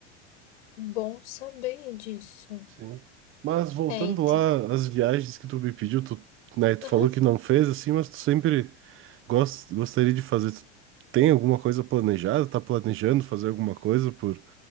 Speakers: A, on the left; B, on the right.
A: Bom saber disso.
B: Sim. Mas voltando
A: Eita.
B: lá às viagens que tu me pediu, tu, né, tu
A: Aham.
B: falou que não fez assim, mas tu sempre gost, gostaria de fazer. Tu tem alguma coisa planejada? Tá planejando fazer alguma coisa por